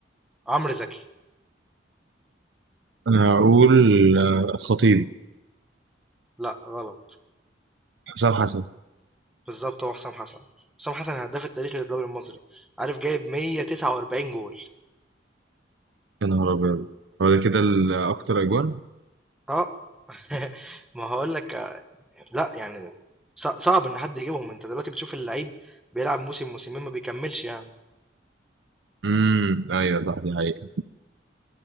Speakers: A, in the centre; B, on the right.
A: عمرو زكي
B: انا هقول آه، خطيب
A: لا غلط
B: حسام حسن
A: بالظبط هو حسام حسن حسام حسن الهداف التاريخي للدوري المصري عارف جايب 149 جول
B: يا نهار ابيض هو ده كده ال- اكتر اجوان
A: اه <laughs> ما هقول لك لا يعني ص- صعب ان حد يجيبهم انت دلوقتي بتشوف اللعيب بيلعب موسم موسمين ما بيكملش يعني
B: امم ايوه صح دي حقيقة.